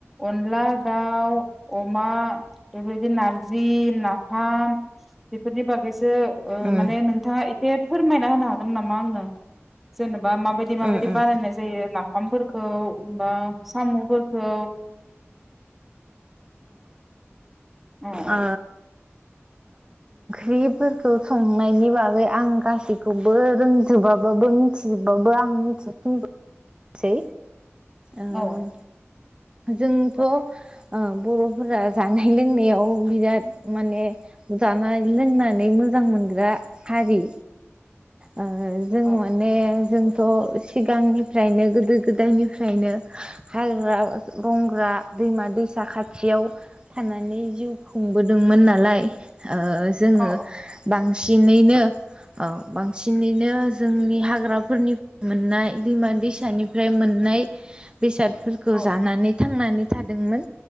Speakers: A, in the centre; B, on the right.
A: अनला दाउ अमा बेबायदि नारजि नाफाम बेफोरनि बागैसो ओ
B: उम
A: माने नोंथाङा। से फोरमायना होनो हागोन नामा आंनो जेनेबा माबायदि माबायदि
B: उम उम
A: बानायनाय
B: उम
A: जायो नाफामफोरखौ बा साम'फोरखौ। अ।
B: ओ बेफोरखौ संनायनि बागै आं गासैखौबो रोंजोबाबो। बो मिथिबाबो आं मिथि <unintelligible> सै। ओम।
A: औ
B: जोंथ ओ बर'फोरा जानाय लोंनायाव बिराद माने जानाय। लोंनानै मोजां मोनग्रा हारि। ओ जों
A: औ
B: माने जों। थ' सिगांनिफ्रायनो गोदो गोदायनिफ्रायनो हाग्रा रंग्रा दैमा दैसा खाथियाव थानानै जिउ खुंबोदोंमोन नालाय ओ जोङो
A: औ
B: बां सिनैनो औ बांसिनैनो जोंनि हाग्राफोरनि मोननाय दैमा दैसानिफ्राय मोननाय। बेसादफोरखौ
A: औ
B: जानानै थांनानै थादोंमोन।